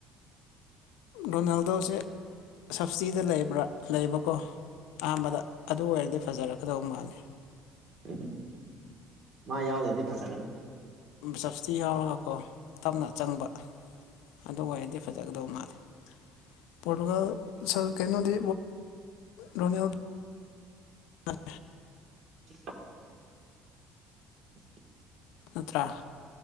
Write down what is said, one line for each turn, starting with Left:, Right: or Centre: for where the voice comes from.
Left: ꯔꯣꯅꯥꯜꯗꯣꯁꯦ꯫ ꯁꯞꯁꯇꯤꯗ ꯂꯩꯕ꯭ꯔꯥ ꯂꯩꯕꯀꯣ ꯑꯍꯥꯟꯕꯗ ꯑꯗꯨ ꯑꯣꯏꯔꯗꯤ ꯐꯖꯔꯛꯀꯗꯧ ꯃꯥꯜꯂꯤ
Right: ꯎ ꯃꯥ ꯌꯥꯎꯗ꯭ꯔꯗꯤ ꯐꯖꯒꯅꯤ
Left: ꯁꯞꯁꯤꯇꯤ ꯌꯥꯎꯔꯒꯀꯣ ꯇꯞꯅ ꯆꯪꯕ ꯑꯗꯨ ꯑꯣꯏꯔꯗꯤ꯫ ꯐꯖꯒꯗꯧꯕ ꯃꯥꯜꯂꯦ ꯄꯣꯔꯇꯨꯒꯜ꯫ ꯁꯥꯔ ꯀꯩꯅꯣꯗꯤ ꯂꯅꯦ ꯅꯠ꯫
Right: <unintelligible> <inaudible>
Left: ꯅꯠꯇ꯭ꯔꯥ